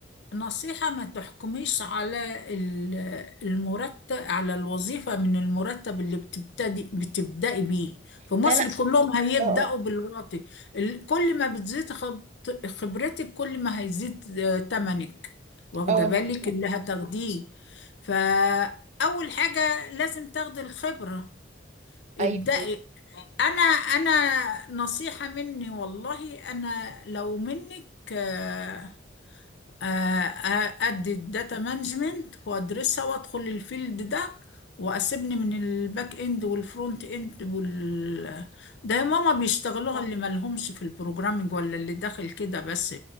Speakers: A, on the left; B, on the right.
A: نصيحة ما تحكميش على ال- المرتب على الوظيفة من المرتب اللي بتبتدي بتبدأي بيه في مصر
B: لا لا
A: كلهم هيبدأوا
B: اه
A: بالواطي ال- كل ما بتزيد خبط- خبرتك كل ما هيزيد آه، تمنك واخدة
B: اه اه انا
A: بالك
B: فاهمة.
A: اللي هتاخديه فأول حاجة لازم تاخدي الخبرة ابدأي
B: ايوه ايوه
A: انا انا نصيحة مني والله انا لو منك آه، آه، آه، ادي الداتا مانجمنت وادرسها وادخل الفيلد ده واسيبني من الباك اند والفرونت اند وال ده يا ماما بيشتغلوها اللي مالهمش في البروجرامينج ولا اللي داخل كده بس